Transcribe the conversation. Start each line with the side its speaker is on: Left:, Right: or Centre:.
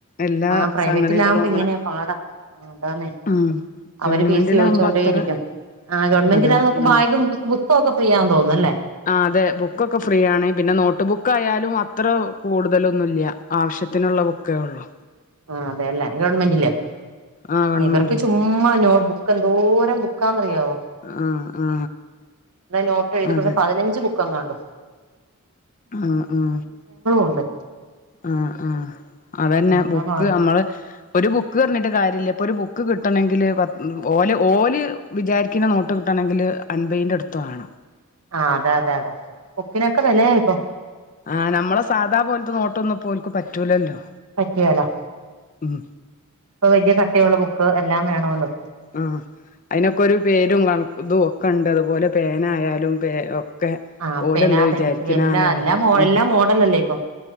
Left: എല്ലാ
Right: ആഹ പ്രൈവറ്റില
Left: സംഗതികളും
Right: ആവുമ്പോ
Left: നമ്മള്
Right: ഇങ്ങനെ പാടാ. ആ അതാണെ
Left: ഉം
Right: അവര്
Left: ഗവൺമെന്റിലാവുമ്പോ
Right: പി. സി- ചോദിച്ചോ കൊണ്ടേയിരിക്കും,
Left: അത്ര
Right: ആഹാ ഗവൺമെന്റ
Left: അതെ
Right: നക്കെ
Left: ഉം
Right: ഭാഗം. പുസ്തമൊക്കെ ചെയ്യാൻ തോന്നുന്നുല്ലേ.
Left: ആ അതെ ബുക്കൊക്കെ ഫ്രീ ആണ്, പിന്നെ നോട്ട് ബുക്ക് ആയാലും അത്ര കൂടുതലൊന്നുല്ല. ആവശ്യത്തിനുള്ള ബുക്കേ ഉള്ളൂ.
Right: ആഹാ അതെയല്ലേ, ഗവൺമെന്റല്ലേ
Left: ആ ഗവൺമെന്റില്
Right: ഇവർക്ക് ചുമ- അരോട് ബുക്ക്, എന്തോരം ബുക്കാറിയാവോ.
Left: ആ ആ
Right: നോട്ട് എഴുതിക്കണ്ട്
Left: അതെ
Right: പതിനഞ്ച് ബുക്കങ്ങാണ്ടോ.
Left: ആഹ, ആഹ.
Right: ഉണ്ട്
Left: ആഹ, ആഹ അതന്നെ
Right: എന്താ
Left: ബുക്ക്
Right: പാട്
Left: നമ്മള്, ഒരു ബുക്ക് പറഞ്ഞിട്ട് കാര്യല്ല, ഇപ്പോ ഒരു ബുക്ക് കിട്ടണെങ്കില് ഓല, ഓല്. വിചാരിക്കുന്ന നോട്ട് കിട്ടണമെങ്കിൽ അൻപതിൻ്റെ അടുത്തണ്.
Right: ആഹാ അതെ, അതെ, അതെ, ബുക്കിനൊക്കെ വിലയായിപ്പോ.
Left: ആഹ് നമ്മളെ സാധാ പോലത്തെ, നോട്ടൊന്നും പോലക്ക് പറ്റൂലല്ലോ.
Right: പറ്റെല.
Left: ഉം.
Right: ഇപ്പോ വലിയ കട്ടയുള്ള ബുക്ക് എല്ലാം വേണല്ലോ?
Left: ആഹാ അതിനൊക്കെ ഒരു പേരും കണും, ഇതും ഒക്കെ ഉണ്ട്. അതുപോലെ പേനയാലും പേ- ഒക്കെ
Right: ആ
Left: ഓലെന്താ
Right: പേന
Left: വിചാരിക്കണ
Right: പെൻസിൽ എല്ലാ
Left: ആ ലെവല്
Right: എല്ലാ
Left: ഉം
Right: എല്ലാ മോഡലല്ലേ ഇപ്പം